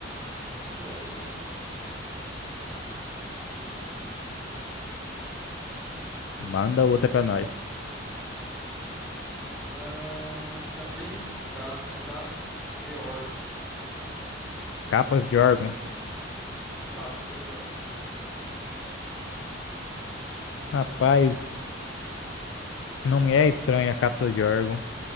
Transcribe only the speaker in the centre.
Provavelmente.
Ah, também encontrado na cápsula de órgãos.
Cápsula de órgãos.